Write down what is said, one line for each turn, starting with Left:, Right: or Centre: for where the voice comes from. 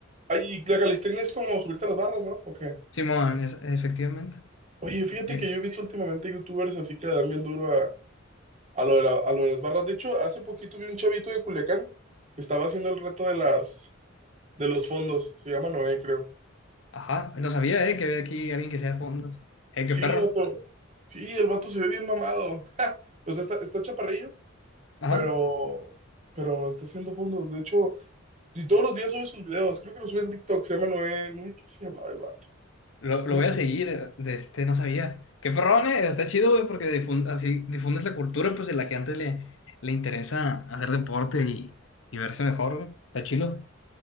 Right: Ay, la calistenia es como subirte a las barras, ¿no? ¿O qué?
Left: Simón, es- efectivamente.
Right: Oye, fíjate
Left: Eh,
Right: que yo he visto últimamente youtubers así que le dan bien duro a, a lo de la- a lo de las barras. De hecho, hace poquito vi un chavito de Culiacán que estaba haciendo el reto de las de los fondos. Se llama Noé, creo.
Left: Ajá, no sabía, eh, que había aquí alguien que sea fondos. Eh, qué
Right: Sí,
Left: perro.
Right: vato. Sí, el vato se ve bien mamado. O sea, está, está chaparrillo,
Left: Ajá,
Right: pero, pero está haciendo fondos. De hecho, y todos los días sube sus videos. Creo que los sube en TikTok. Se llama Noé. Noé, ¿qué se llamaba el vato?
Left: lo,
Right: No
Left: lo
Right: me
Left: voy
Right: acuerdo.
Left: a seguir, eh, de este, no sabía. Qué perrón, eh, está chido, güey, porque difun- así difundes la cultura, pues, de la que antes le, le interesa hacer deporte y, y verse mejor, güey. Está chido.